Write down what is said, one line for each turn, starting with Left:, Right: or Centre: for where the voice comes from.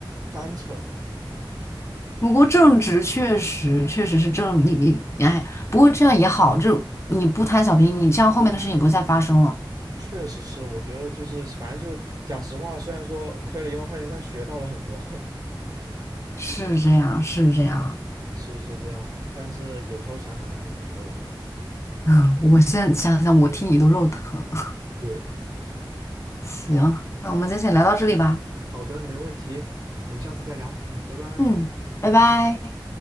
Right: 单纯。
Left: 不过正直确实确实是正，你你你哎，不过这样也好，就你不贪小便宜，你这样后面的事情也不会再发生了。
Right: 确实是，我觉得就是反正就讲实话，虽然说亏了一万块钱，但学到了很多，
Left: 是这样，是这样。
Right: <laughs> 是是这样，但是有时候想想还是会很肉疼的。
Left: <laughs> 嗯，我现在想想，我听你都肉疼。<laughs>
Right: 对啊，
Left: 行，那我们今天先聊到这里吧。
Right: 好的，没问题，我们下次再聊，嗯，拜拜。
Left: 嗯，拜拜。